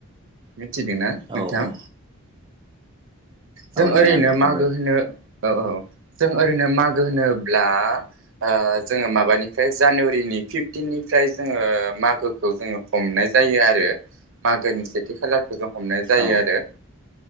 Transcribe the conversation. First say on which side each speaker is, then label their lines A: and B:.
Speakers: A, on the right (about 65°); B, on the right (about 20°).
A: मिथिदों ना नोंथां?
B: औ
A: जों
B: औ
A: ओरैनो
B: जागोन दे फोरमायदो
A: मागो होनो औ औ जों ओरैनो मागो होनोब्ला आ जोङो माबानिफ्राय जानुवारिनि फिफटिननिफ्राय जोङो मागोखौ जोङो हमनाय जायो आरो मागोनि सेथि खालार हमनाय जायो
B: औ
A: आरो।